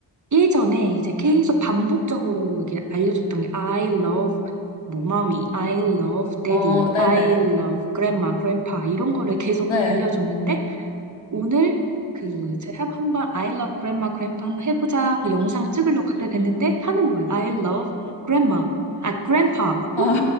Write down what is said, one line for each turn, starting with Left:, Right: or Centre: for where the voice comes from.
Right: 예전에 이제 계속 반복적으로 이게 알려줬던 게 I love 뭐 mommy, I love daddy,
Left: 어, 네네.
Right: I love grandma, grandpa 이런 거를 계속
Left: 네.
Right: 알려줬는데 오늘 그 제가 한- 한번 I love grandma, grandpa 한번 해보자 하고 영상 찍으려고 갖다 댔는데 하는 거예요. I love grandma, 아 grandpa 하고
Left: 아,